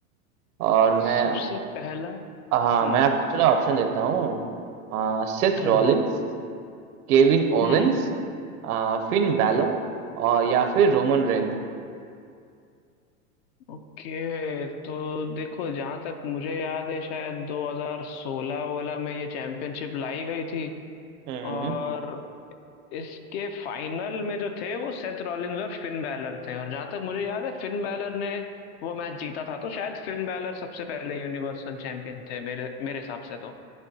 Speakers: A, on the right; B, on the left.
A: और मैं
B: सबसे पहला
A: हाँ
B: हम्म
A: मैं आपको चलो ऑप्शन देता हूँ आ, Seth
B: हम्म
A: Rollins Kevin Owens
B: हम्म
A: आ, Fin Balor और या फिर रोमन रेन
B: ओके तो देखो जहां तक मुझे याद है शायद 2016 वोला में ये चैंपियनशिप लाई गई थी
A: हम्म
B: और
A: हम्म
B: इसके फाइनल में जो थे वो सेथ रॉलिंस और फिन बैलर थे और जहां तक मुझे याद है फिन बैलर ने वो मैच जीता था तो शायद फिन बैलर सबसे पहले यूनिवर्सल चैंपियन थे मेरे मेरे हिसाब से तो